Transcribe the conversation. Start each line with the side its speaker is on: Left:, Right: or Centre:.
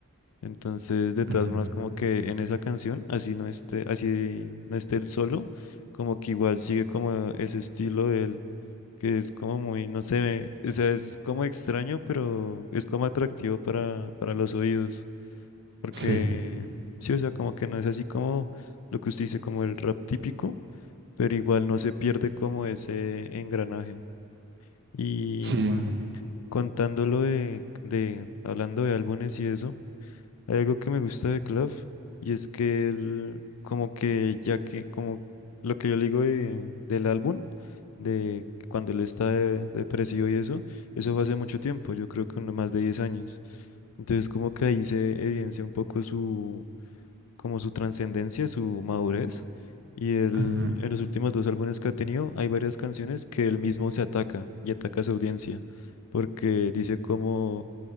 Left: Entonces, de todas
Right: Ujú.
Left: formas, como que en esa canción, así no esté, así no esté él solo, como que igual sigue como ese estilo de él, que es como muy, no sé, o sea, es como extraño, pero es como atractivo para, para los oídos. Porque
Right: Sí,
Left: sí, o sea, como que no es así como lo que usted dice, como el rap típico, pero igual no se pierde como ese engranaje. Y
Right: sí,
Left: contándolo de, de, hablando de álbumes y eso, hay algo que me gusta de Clef y es que él, como que ya que, como lo que yo le digo de- del álbum, de cuando él está de- depresivo y eso, eso fue hace mucho tiempo, yo creo que uno más de 10 años. Entonces como que ahí se evidencia un poco su como su trascendencia, su madurez. Y él,
Right: ujú,
Left: en los últimos dos álbumes que ha tenido, hay varias canciones que él mismo se ataca y ataca a su audiencia, porque dice como,